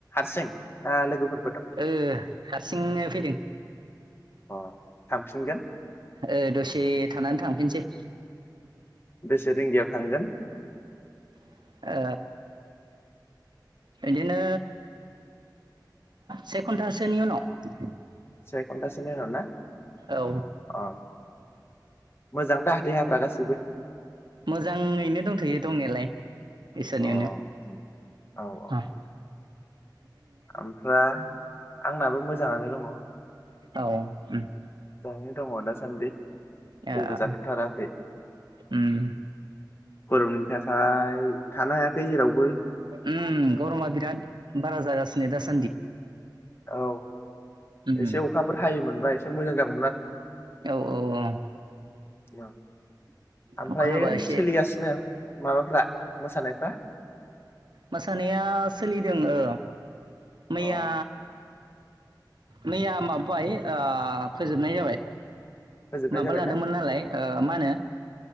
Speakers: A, on the left; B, on the right.
A: हारसिं ओ लोगोफोर
B: ओ हारसिंनो फैदों?
A: अ थांफिनगोन
B: ओ दसे थानानै थांफिनसै।
A: बेसे रिंगायाव थांगोन?
B: ओ बिदिनो से घन्टासोनि उनाव।
A: से खथासो उनाव ना?
B: औ
A: अ मोजां दा देहाफ्रा गासैबो
B: मोजाङैनो दंथायो दंनायालाय इसोरनि
A: अ औ
B: अननायाव
A: औ
B: उम
A: ओमफ्राय आंनाबो मोजाङानो दङ।
B: औ उम।
A: मोजाङै दङ दासान्दि।
B: ए
A: जेबो
B: आ
A: जाथ'थाराखै
B: उम
A: गरमनि थाखाय थानो हायाखै जेरावबो
B: उम गरमा बिराद बारा जागासि नेदा स
A: औ
B: उम
A: एसे अखाफोर हायोमोनबा एसे मोजां जाग
B: औ औ
A: <unintelligible> ओमफ्रायो
B: अखा हाबा एसे
A: सोलिगासिनो माबाफ्रा मोसानायफ्रा?
B: मोसानाया सोलिदों ओ। मैया
A: अ
B: मैया माबाबाय ओ फोजोबनाय जाबाय।
A: फोजोबनाय
B: माबा
A: जाबायना
B: लादोंमोन नालाय ओ मा होनो